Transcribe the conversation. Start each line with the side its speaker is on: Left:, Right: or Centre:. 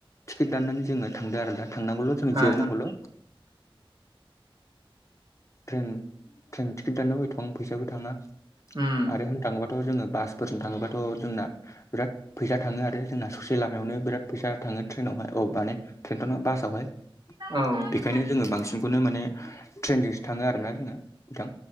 Left: टिकेट दाननानै जोङो थांदों आरोना थांनांगौल' जों
Right: ओ
Left: जिरनांगौल' ट्रेन ट्रेन टिकेट दानोाव एथबां फैसाबो थाङा
Right: उम
Left: आरो होननो थाङोबाथ' जोङो बासफोरजों थाङोबाथ' जोंना बिराद फैसा थाङो आरो जोंना ससे लामायावनो बिराद फैसा थाङो ट्रेनावहाय अ माने ट्रेन्ट'ना बासावहाय
Right: औ
Left: बेखायनो जोङो बांसिनखौनो माने ट्रेनजोंसो थाङो आरोोना जोङो बिथां